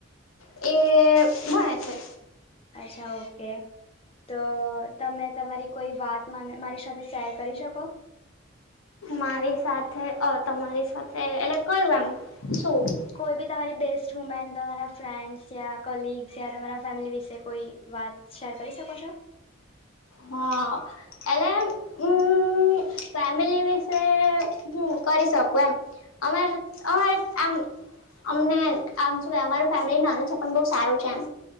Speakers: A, on the left; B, on the left.
A: એ ભણે છે.
B: અચ્છા ઓકે તો તમે તમારી કોઈ વાત મારી સાથે શેર કરી શકો.
A: મારી સાથે અ તમારી સાથે એટલે કયું એમ શું.
B: કોઈ બી તમારી બેસ્ટ મુમેન્ટ તમારા ફ્રેન્ડસ યા કલગ્સ યા તમારા ફેમિલી વિશે કોઈ વાત શેર કરી શકો છો.
A: હા એટલે હમ ફેમિલી વિશે હું કરી શકું એમ અમારે અમારે આમ અમને આમ શ અમાર ફેમિલી નલે છે પણ બહુ સારું છે એમ